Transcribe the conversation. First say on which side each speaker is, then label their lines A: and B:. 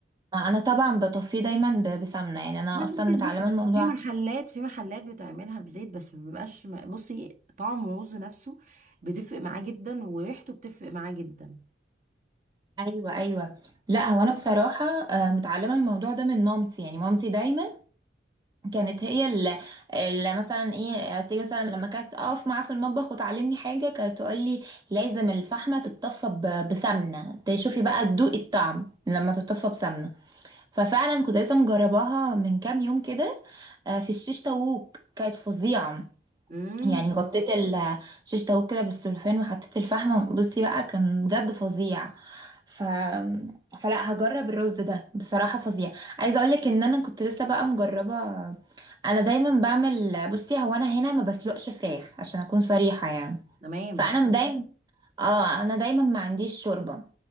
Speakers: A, on the right (about 20°); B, on the right (about 45°).
A: انا طبعا بطفيه دايما ب- بسمنه يعني انا
B: لا، انت
A: اصلا متعلمه
B: بصي
A: الموضوع
B: في محلات في محلات بتعملها بزيت بس ما بيبقاش بصي طعم الرز نفسه بتفرق معاه جدا وريحته بتفرق معاه جدا
A: ايوه ايوه لا هو انا بصراحه آه، متعلمه الموضوع ده من مامتي يعني مامتي دايما كانت هي اللي, اللي مثلا ايه تيجي مثلا لما كانت اقف معاها في المطبخ وتعلمني حاجه كانت تقول لي لازم الفحمه تتطفى ب- بسمنه تشوفي بقى تدوقي الطعم لما تتطفى بسمنه ففعلا كنت لسه مجرباها من كام يوم كده آه، في الشيش طاووق كانت فظيعه
B: امم
A: يعني غطيت اه ال- شيش طاووق كده بالسلوفان وحطيت الفحم بصي بقى كان بجد فظيع ف... فلا هجرب الرز ده بصراحة فظيع عايزة اقولك ان انا كنت لسه بقى مجربة انا دايما بعمل بصي هو انا هنا ما بسلقش فراخ عشان اكون صريحة يعني
B: تمام
A: فانا اه دايما اه انا دايما ما عنديش شوربة